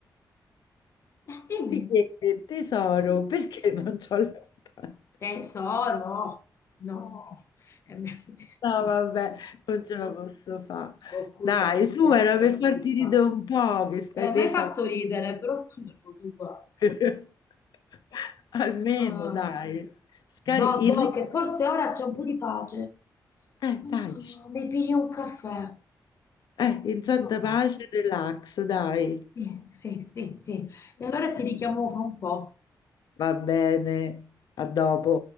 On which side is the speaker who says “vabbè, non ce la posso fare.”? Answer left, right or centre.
Left